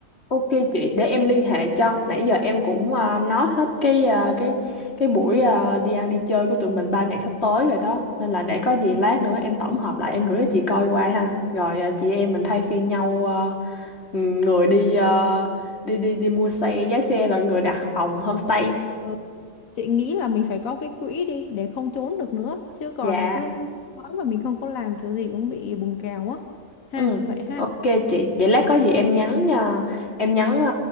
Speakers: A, on the left (about 50°); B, on the left (about 85°).
A: Ok chị, để em liên hệ cho. Nãy giờ em cũng uh, nói hết cái à, cái cái buổi à, đi ăn đi chơi của tụi mình ba ngày sắp tới rồi đó. Nên là để có gì lát nữa em tổng hợp lại em gửi cho chị coi qua ha. Rồi à, chị em mình thay phiên nhau à, ừ, người đi à, đi đi đi mua xe, giá xe rồi người đặt phòng homestay.
B: Ờ, Chị nghĩ là mình phải có cái quỹ đi để không trốn được nữa chứ còn
A: Dạ.
B: cứ nói mà mình không có làm kiểu gì cũng bị bùng kèo á. Ha,
A: Ừ,
B: vậy ha.
A: ok chị. Vậy lát có gì em nhắn à, em nhắn à,